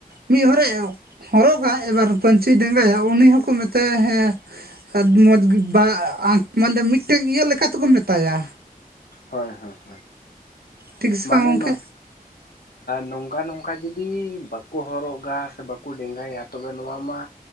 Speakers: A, on the right (about 80°); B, on the left (about 80°).
A: ᱢᱤᱫ ᱦᱚᱨᱮ ᱦᱚᱨᱚᱜᱟ ᱠᱟ ᱮᱵᱟᱨ ᱯᱟᱹᱧᱪᱤᱭ ᱰᱮᱸᱜᱟᱭᱟ ᱩᱱᱤ ᱦᱚᱸᱠᱚ ᱢᱮᱛᱟᱭᱟ ᱦᱮᱸ <inaudible> ᱢᱤᱫᱴᱟᱝ ᱤᱭᱟᱹ ᱞᱮᱠᱟ ᱛᱮᱠᱚ ᱢᱮᱛᱟᱭᱟ
B: ᱦᱳᱭ ᱦᱳᱭ ᱦᱳᱭ
A: ᱴᱷᱤᱠ ᱥᱮ
B: ᱢᱟᱱᱮ
A: ᱵᱟᱝ ᱜᱚᱝᱠᱮ
B: ᱱᱚᱼᱼ ᱱᱚᱝᱠᱟ ᱱᱚᱝᱠᱟ ᱡᱩᱫᱤ ᱵᱟᱠᱚ ᱦᱚᱨᱚᱜᱟ ᱥᱮ ᱵᱟᱠᱚ ᱰᱮᱸᱜᱟᱭᱟ ᱛᱚᱵᱮ ᱱᱚᱣᱟ ᱢᱟ